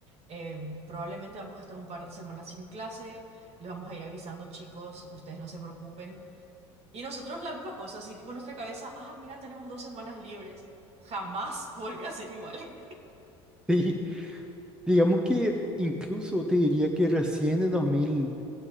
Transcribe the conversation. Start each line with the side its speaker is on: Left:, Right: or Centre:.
Right: em, probablemente vamos a estar un par de semanas sin clase, les vamos a ir avisando, chicos, ustedes no se preocupen. Y nosotros la misma cosa, así tipo en nuestra cabeza, ah, mira, tenemos dos semanas libres. Jamás <laughs> volvió a ser igual.
Centre: <laughs> sí, digamos que incluso te diría que recién en 2000,